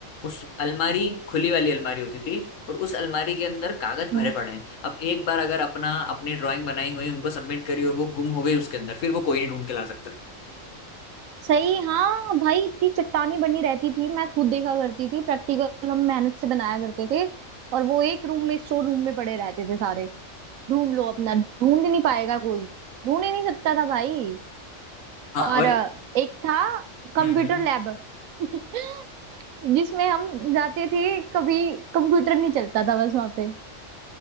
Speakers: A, on the left; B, on the right.
A: उस अलमारी खुली वाली अलमारी होती थी और उस अलमारी के अंदर कागज
B: हम्म।
A: भरे पड़े हैं अब एक बार अगर अपना अपनी ड्राइंग बनाई हुई उनको सबमिट करी और वो गुम हो गई उसके अंदर फिर वो कोई नहीं ढूंढ के ला सकता
B: सही हाँ भाई इतनी चट्टानी बनी रहती थी मैं खुद देखा करती थी प्रैक्टिकल हम मेहनत से बनाया करते थे और वो एक रूम में स्टोर रूम में पड़े रहते थे सारे ढूंढ लो अपना ढूंढ ही नहीं पाएगा कोई ढूंढ ही नहीं सकता था भाई
A: हाँ
B: और
A: और
B: अ, एक था कंप्यूटर
A: हम्म हम्म,
B: लैब <laughs> जिसमें हम जाते थे कभी कंप्यूटर नहीं चलता था बस वहां पे